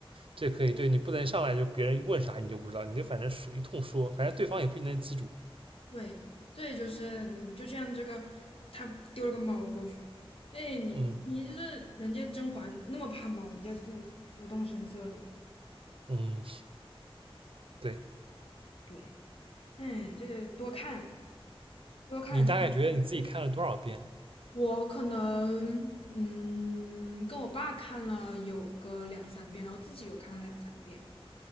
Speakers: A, on the right; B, on the left.
A: 这可以。对你不能上来就别人问啥你就不知道，你就反正说一通说，反正对方也不一定能记住。
B: 对，所以就是你就像这个，他丢了个猫过去，哎，你你就是人家甄嬛那么怕猫，
A: 嗯
B: 人家就不动声色的，
A: 嗯，对
B: 对，哎，这个多看多看长
A: 你大概觉得你自己看了多少遍？
B: 我可能嗯，跟我爸看了有个两三遍，然后自己又看了两三遍，